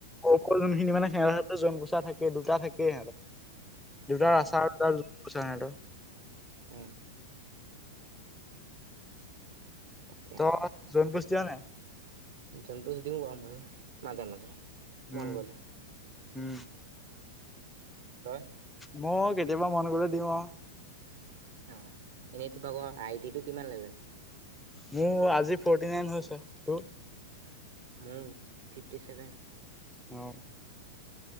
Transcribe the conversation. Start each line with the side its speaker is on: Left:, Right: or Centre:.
Centre: ককৰ যোনখিনি মানে সেৱাৰ সৰ জন পোছাৰ থাকে দুটা থাকে সিহঁতৰ, দুটা
Right: অ
Centre: ৰাচাৰ আৰু দুটা জন পোছাৰ সিহঁতৰ
Right: উম তাকে,
Centre: তই জোন পোচ দিয় নাই
Right: জন পোছ দিওঁ বাৰু ময়ো মাজে মাজে
Centre: উম
Right: মন গ'লে
Centre: উম
Right: তই
Centre: মই কেতিয়াবা মন গ'লে দিওঁ আৱ
Right: অ এনেই তো ভাগ আইদিটো কিমান লেভেল
Centre: মোৰ আজি ফৰ্টি নাইন হৈছে তোৰ
Right: মোৰ ফিফটি ছেভেন
Centre: অ